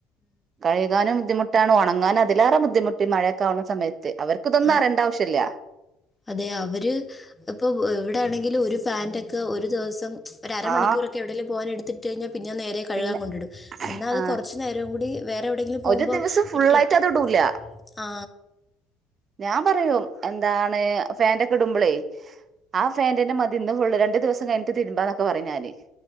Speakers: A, on the right; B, on the left.
A: കഴുകാനും ബുദ്ധിമുട്ടാണ് ഒണങ്ങാനതിലേറെ ബുദ്ധിമുട്ടീ മഴയ ക്കാവണ സമയത്ത് അവർക്കിതൊന്നും
B: ആ
A: അറിയേണ്ട ആവശ്യല്ല.
B: അതെ അവര് ഇപ്പൊ ഇവ്ടെ ആണെങ്കിലും ഒരു പാന്റ ക്ക ഒരു ദിവസം ഒരര മണിക്കൂറൊക്കെ
A: ആ
B: എവിടേലും പോവാൻ എട്ത്തിട്ട് കഴിഞ്ഞാ പിന്ന നേരെ കഴുകാൻ
A: പിന്നെ
B: കൊണ്ടിടും എന്നാ അത്
A: ആ
B: കൊറച്ചു നേരം കൂടി വേ എവിടെയെങ്കിലും പോവുമ്പോ
A: ഒരു ദിവസം ഫുള്ളായിട്ട്
B: ഇട്ടിട്ട്
A: അത് ഇടൂല
B: ആ
A: ഞാമ്പറയും എന്താണ് ഫാന്റക്കെ ഇടുമ്പളേ ആ ഫാന്റ് ന്നെ മതി ഇന്ന് ഫുള്ള് ര ണ്ട് ദിവസം കഴിഞ്ഞ്ട്ട് തിരുമ്പാന്നൊക്കെ പറയും ഞാന്